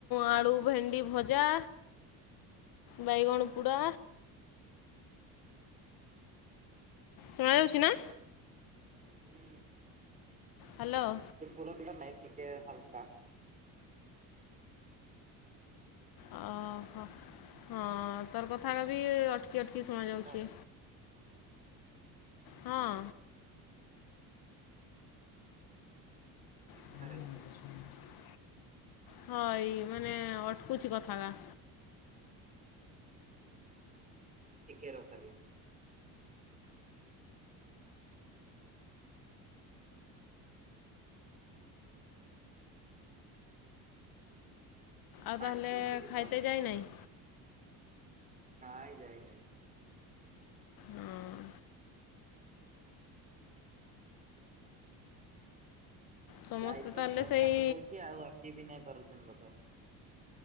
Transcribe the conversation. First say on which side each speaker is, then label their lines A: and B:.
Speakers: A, on the left; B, on the right.
A: ଆଳୁ ଭେଣ୍ଡି ଭଜା। ବାଇଗଣ ପୁଡ଼ା। ଶୁଣାଯାଉଛି ନା?
B: ହୁଁ
A: ହ୍ୟାଲୋ।
B: ସେ ପୁର ଥିଲା ନାଇଁ ଟିକେ ହାଲକା
A: ଅହଁ ହଁ ତୋର କଥା କବି ଅଟକି ଅଟକି ଶୁଣାଯାଉଛି।
B: ହ୍ୟାଲୋ
A: ହଁ।
B: ଏମିତି ଶୁଣା
A: <inaudible>
B: ଯାଉଛି
A: ହଁ ଏଇ ମାନେ ଅଟକୁଛି କଥାବା।
B: ଟିକେ ରହ ଖାଲି।
A: ଆଉ
B: ପାଣି
A: ତାହେଲେ
B: ପିଉଥିଲି
A: ଖାଇତେ
B: ତ
A: ଯାଇ ନାହିଁ?
B: ନାଇଁ ଯାଇ ନାଇଁ।
A: ହଁ। ସମସ୍ତେ
B: ଯାଇଛନ୍
A: ତାହେଲେ
B: ବର୍ଷା
A: ସେଇ
B: ପକଉଛି ଆଉ ଆସ ବି ନାଇଁ ପାରୁଛନ୍ ବୋଧେ।